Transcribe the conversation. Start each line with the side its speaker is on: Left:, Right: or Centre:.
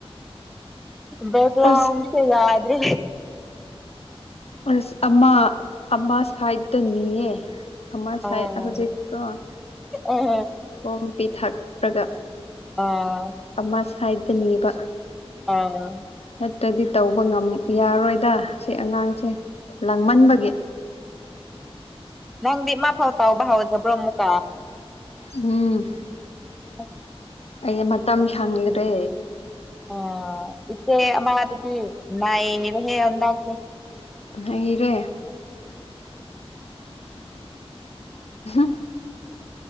Centre: ꯕꯒ꯭ꯔꯝꯁ
Left: ꯑꯁ
Centre: <unintelligible> ꯌꯥꯗ꯭ꯔꯦ
Left: ꯑ꯭ꯁ ꯑꯃ ꯑꯃ ꯁꯥꯏꯠꯇꯅꯤꯌꯦ ꯑꯃ ꯁꯥꯏꯠ
Centre: ꯑꯣ
Left: ꯍꯧꯖꯤꯛꯀꯣ
Centre: ꯑꯦ
Left: ꯈꯣꯝ ꯄꯤ ꯊꯛꯔꯒ
Centre: ꯑꯥ
Left: ꯑꯃ ꯁꯥꯏꯗꯅꯦꯕ
Centre: ꯑꯥ
Left: ꯅꯠꯇ꯭ꯔꯗꯤ ꯇꯧꯕ ꯉꯝ ꯌꯥꯔꯣꯏꯗ ꯁꯤ ꯑꯉꯥꯡꯁꯦ ꯂꯥꯡꯃꯟꯕꯒꯤ
Centre: ꯅꯪꯗꯤ ꯃꯥ ꯐꯥꯎ ꯇꯥꯎꯕ ꯍꯧꯗꯕ꯭ꯔꯣ ꯃꯨꯛꯀ
Left: ꯎꯝ
Centre: <inaudible>
Left: ꯑꯩ ꯃꯇꯝ ꯁꯪꯗ꯭ꯔꯦ
Centre: ꯑꯣ ꯏꯆꯦ ꯑꯃꯗꯨꯗꯤ ꯅꯥꯏꯔꯦꯍꯦ ꯍꯟꯗꯛꯇꯤ
Left: ꯅꯩꯔꯦ <inaudible>